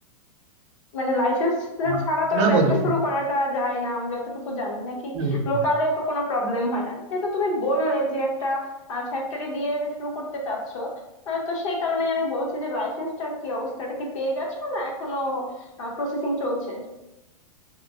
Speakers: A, on the left (about 55°); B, on the right (about 50°).
A: মানে লাইসেন্স
B: আহ,
A: ছাড়া তো
B: না
A: আর ব্যবসা
B: বন্ধু
A: শুরু করাটা যায় না আমি যতটুকু জানি নাকি
B: আসলে-
A: লোকালে কোনো প্রবলেম হয় না যেহেতু তুমি বললে যে একটা ফ্যাক্টরি দিয়ে শুরু করতে চাচ্ছ আহ, তো সেই কারণেই আমি বলছি যে লাইসেন্সটার কি অবস্থাটা কি পেয়ে গেছো না এখনো প্রসেসিং চলছে